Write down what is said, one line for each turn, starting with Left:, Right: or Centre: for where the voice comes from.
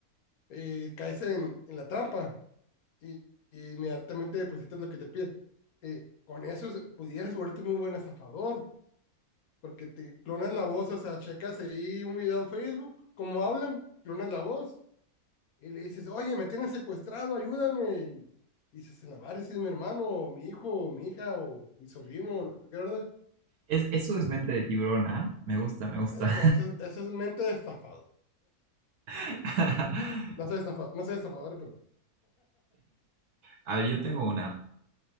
Left: eh, caes en, en la trampa y, y inmediatamente depositas lo que te piden. Eh, con eso es- pudieras volverte muy buen estafador, porque te clonas la voz, o sea, checas ahí un video en Facebook, cómo hablan, clonas la voz y le dices, oye, me tienen secuestrado, ayúdame. Y, y dices, la madre, si es mi hermano, o mi hijo, o mi hija, o mi sobrino, o lo que tú quieras, ¿verdad?
Right: Es, eso es mente de tiburón, ¿ah? Me gusta, me gusta.
Left: Eh, no, esa es mente de estafador.
Right: <laughs>
Left: No sé, estafa, no sé estafador, pero
Right: A ver, yo tengo
Left: bueno,
Right: una.